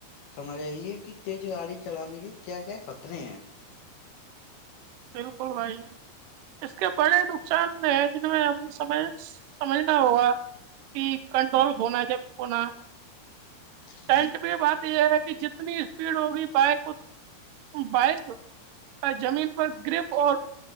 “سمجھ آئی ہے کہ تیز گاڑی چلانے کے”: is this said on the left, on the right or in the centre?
Left